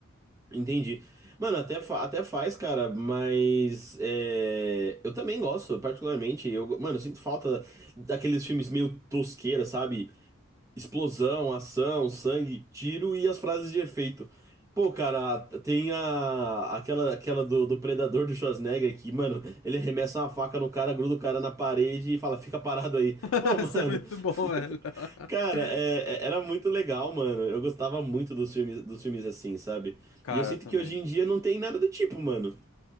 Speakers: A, on the right; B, on the left.
A: Entendi. Mano, até, fa- até faz, cara, mas é, eu também gosto, particularmente. Eu, mano, eu sinto falta daqueles filmes meio tosqueira, sabe? Explosão, ação, sangue, tiro e as frases de efeito. Pô, cara, tem a, aquela, aquela do, do Predador do Schwarzenegger que, mano, ele arremessa uma faca no cara, gruda o cara na parede e fala, fica parado aí.
B: <laughs>
A: Pô, mano,
B: Isso é muito bom, velho. <laughs>
A: <laughs> cara, é- é- era muito legal, mano. Eu gostava muito dos filmes, dos filmes assim, sabe?
B: Cara,
A: E eu sinto
B: também.
A: que hoje em dia não tem nada do tipo, mano.